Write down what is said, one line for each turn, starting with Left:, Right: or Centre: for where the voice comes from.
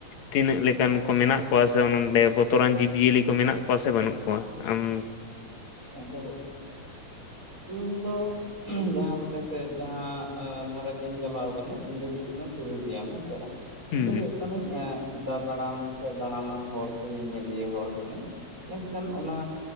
Left: ᱛᱤᱱᱟᱹᱜ ᱞᱮᱠᱟᱱ ᱠᱚ ᱢᱮᱱᱟᱜ ᱠᱚᱣᱟ ᱥᱮ ᱚᱱᱚᱱᱰᱮ ᱵᱚ ᱾ ᱛᱚᱨᱟᱱ ᱡᱤᱵᱽ ᱡᱤᱭᱟᱹᱞᱤ ᱠᱚ ᱢᱮᱱᱟᱜ ᱠᱚᱣᱟ ᱥᱮ ᱵᱟᱹᱱᱩᱜ ᱠᱚᱣᱟ ᱟᱢ ᱾
Right: ᱟᱫᱚ ᱤᱧ ᱫᱚ ᱾ ᱡᱟᱦᱟᱸᱞᱮᱠᱟ ᱥᱮ ᱡᱟᱦᱟᱸ ᱫᱷᱟᱨᱮᱛᱤᱧ ᱪᱟᱞᱟᱣ ᱟᱠᱟᱱᱟ ᱤᱧ ᱫᱚ ᱦᱩᱭᱩᱜ ᱠᱟᱱᱟ ᱴᱩᱨᱤᱡᱤᱭᱟᱢ ᱾ ᱦᱮᱸᱥᱮ ᱵᱟᱝ? ᱤᱧ
Left: ᱦᱩᱸ
Right: ᱫᱚ ᱦᱳᱭᱳᱜ ᱠᱟᱹᱱᱟᱹᱧ ᱫᱟ ᱫᱟᱬᱟᱱ ᱾ ᱥᱮ ᱫᱟᱬᱟᱱᱟᱱ ᱦᱚᱲ ᱥᱮ ᱧᱮᱧᱮᱞᱤᱭᱟᱹ ᱦᱚᱲ ᱠᱟᱹᱱᱟᱹᱧ ᱢᱮᱱᱠᱷᱟᱱ ᱚᱱᱟ